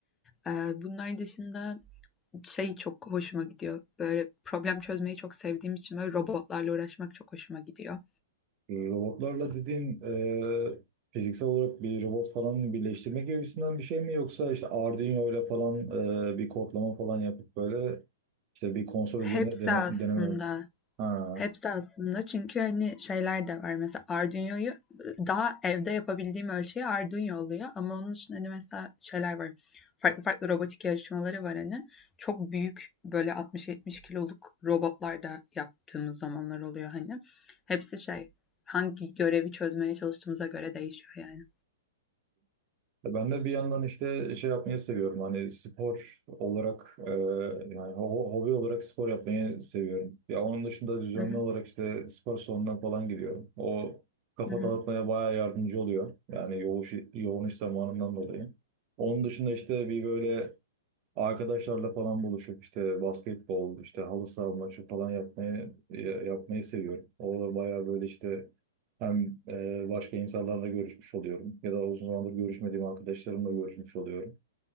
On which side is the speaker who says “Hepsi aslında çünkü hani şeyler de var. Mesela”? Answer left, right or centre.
Left